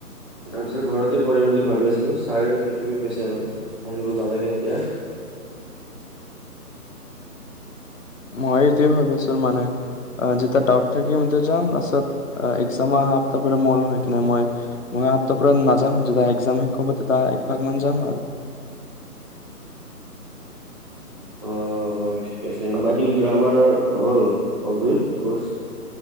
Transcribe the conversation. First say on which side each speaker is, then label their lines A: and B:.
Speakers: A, on the left; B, on the left.
A: তাৰপিছত ঘৰতে পঢ়িম বুলি ভাবি আছিলো ছাৰেও সেইটোৱে কৈছে আৰু আহিব নালাগে এতিয়া।
B: মই এইটোৱে ভাবিছো মানে অ', যেতিয়া ডাউট থাকে তেতিয়া যাম তাৰছত এক্জাম আহা সপ্তাহৰ পৰা মোৰো সেইকানে মই অহা সপ্তাহৰ পৰা নাযাম যেতিয়া এক্জাম শেষ হ'ব তেতিয়া একভাগমান যাম আৰু।
A: <inaudible> অ', ঠিক আছে বাক কি গ্ৰামাৰ হ'ল কমপ্লিট ক'ৰ্চ?